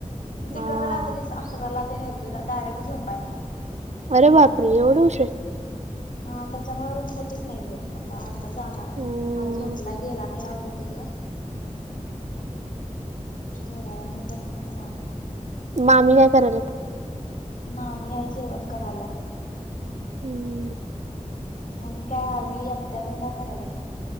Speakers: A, on the left (about 85°); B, on the right (about 60°).
A: मग तिकडं
B: हा
A: रात्री अकराला <unintelligible> येतोय डायरेक्ट झोपायला
B: अरे बापरे एवढ उशीर
A: हा त्याच्यामुळे होतच नाही भेट आता आता जाणार.
B: हम्म
A: हा झोपला गेला नाही आवडतं तिकडं. थोडा बघणार जाणार.
B: मामी् काय कराला.
A: म मी याय जेवण करायला.
B: हम्म.
A: आणि काय हवी आत्या त्यान काय करायला